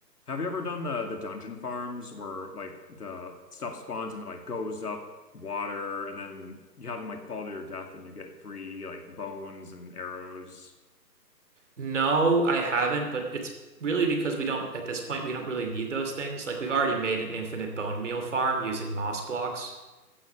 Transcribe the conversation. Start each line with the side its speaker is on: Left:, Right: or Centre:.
Left: Have you ever done the the dungeon farms where like the stuff spawns and it like goes up water and then you have them like fall to your death and you get free like bones and arrows?
Right: No, I haven't, but it's really because we don't, at this point, we don't really need those things. Like we've already made an infinite bone meal farm using moss blocks.